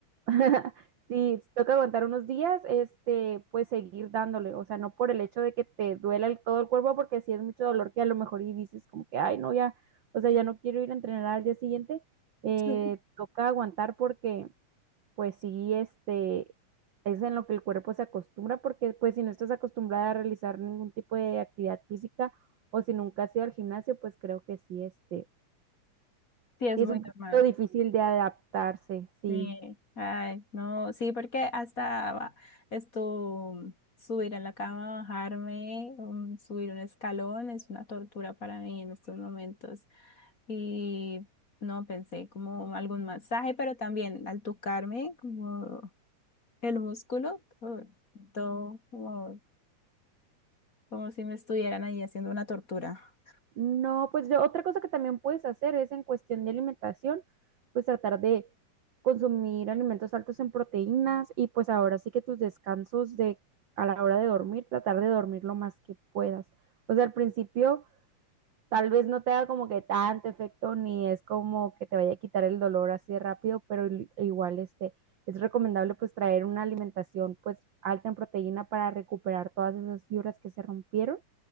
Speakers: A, on the right; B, on the left.
A: <laughs> si toca aguantar unos días, este, pues seguir dándole, o sea, no por el hecho de que te duela el- todo el cuerpo, porque si es mucho dolor que a lo mejor y dices como que, ay, no, ya, o sea, ya no quiero ir a entrenar al día siguiente, eh,
B: Sí,
A: toca aguantar porque pues sí, este, es en lo que el cuerpo se acostumbra, porque pues si no estás acostumbrada a realizar ningún tipo de actividad física o si nunca has ido al gimnasio, pues creo que sí, este,
B: sí, es
A: sí es
B: muy
A: un
B: normal.
A: poquito difícil de adaptarse, sí.
B: Sí, ay, no, sí, porque hasta va- esto, subir a la cama, bajarme, mm, subir un escalón es una tortura para mí en estos momentos. Y no pensé como algún masaje, pero también al tocarme como el músculo, todo, todo como, como si me estuvieran ahí haciendo una tortura.
A: No, pues yo, otra cosa que también puedes hacer es en cuestión de alimentación, pues tratar de consumir alimentos altos en proteínas y pues ahora sí que tus descansos de a la hora de dormir, tratar de dormir lo más que puedas. O sea, al principio Tal vez no te haga como que tanto efecto, ni es como que te vaya a quitar el dolor así de rápido, pero il- igual este, es recomendable pues traer una alimentación pues alta en proteína para recuperar todas esas fibras que se rompieron